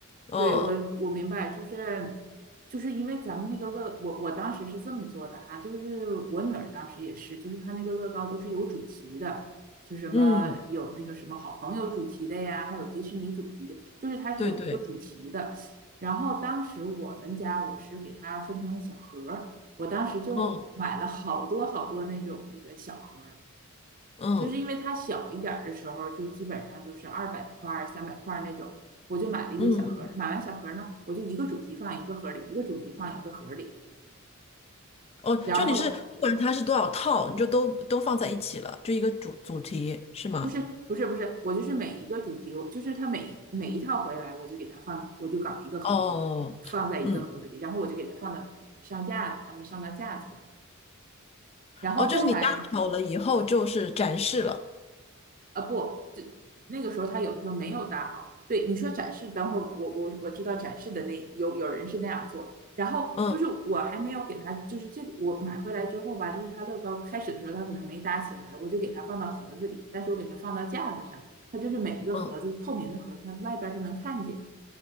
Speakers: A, on the left (about 30°); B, on the right (about 40°).
A: 嗯
B: 对，我我明白，就是就是因为咱们那个乐，我我当时是这么做的哈，就是我女儿当时也是，就是她那个乐高都是有主题的，就什么有那个什么好朋友主题的呀，
A: 嗯，
B: 还有迪士尼主题的，就是它是有那个主题的。
A: 对对，
B: 然后当时我们家我是给它分成小盒儿我当时就买了好多好多那种那个小盒儿
A: 嗯嗯
B: 就是因为它小一点的时候，就基本上就是二百块儿、三百块那种，我就买了一些小盒买完小盒呢，
A: 嗯嗯，
B: 我就一个主题放一个盒里，一个主题放一个盒里。
A: 哦，
B: 然后
A: 就你是不管它是多少套，你就都都放在一起了，就一个主主题是吗？
B: 不是不是不是，我就是每一个主题，我就是它每每一套回来，我就给它放，我就搞一个盒子，
A: 哦，
B: 放在一个盒子里，
A: 嗯，
B: 然后我就给它放到上架子，让它上到架子上。然后后来
A: 哦，就是你搭好了以后就是展示了，
B: 啊，不，这那个时候他有的时候没有搭好。对，你说展示，等会儿我我我知道展示的那有有人是那样做，然后就是我还没有给他，
A: 嗯。
B: 就是这个我买回来之后吧，就是他乐高开始的时候他可能没搭起来，我就给他放到盒子里，但是我给他放到架子上，他就是每一个盒子透明的盒子，
A: 嗯
B: 它外边儿是能看见。